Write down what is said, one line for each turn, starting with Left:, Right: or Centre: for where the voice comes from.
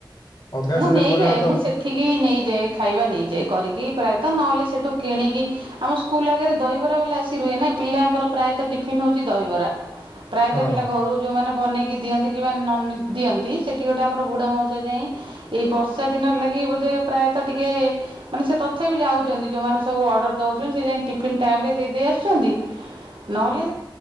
Left: ଅଭ୍ୟାସରେ
Right: ମୁଁ ନେଇଯାଏ
Left: ପରିଣତ
Right: ମୁଁ ସେଠିକି ନେଇଯାଏ ଖାଇବା ନେଇଯାଏ କରିକି ପ୍ରାୟ ନହେଲେ ସେଠୁ କିଣିକି ଆମ ସ୍କୁଲ ଆଗରେ ଦହିବରା ବାଲା ଆସି ରୁହେ ନା ପିଲାଙ୍କର ପ୍ରାୟତଃ ଟିଫିିନ ହଉଛି ଦହିବରା। ପ୍ରାୟତଃ
Left: ହଁ।
Right: ପିଲା ଘରୁ ଯେଉଁମାନେ ବନେଇକି ଦିଅନ୍ତି କିମ୍ବା ନ ଦିଅନ୍ତି ସେଠି ଗୋଟେ ଆମର ବୁଢ଼ା ମାଉସା ଯାାଇଁ ଏଇ ବର୍ଷା ଦିନରେ ଲାଗି ବୋଧେ ପ୍ରାୟତଃ ଟିକେ ମାନେ ସେ ତଥାପି ଯାଉଛନ୍ତି ଯୋଉମାନେ ସବୁ ଅର୍ଡ଼ର ଦେଉଛନ୍ତି ସେ ଯାଇ ଟିଫିନ୍ ଟାଇମ ରେ ଦେଇ ଦେଇ ଆସୁଛନ୍ତି। ନହେଲେ